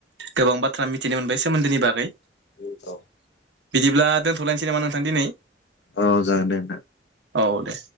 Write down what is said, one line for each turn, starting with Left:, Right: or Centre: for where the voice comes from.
Right: गोबां बाथ्रा मिथिनो मोनबाय सोमोन्दोनि बागै।
Left: औ ।
Right: बिदिब्ला दोनथ'लायनोसै नामा नोंथां दिनै?
Left: अ--जागोन दे नोंथां।
Right: औ दे।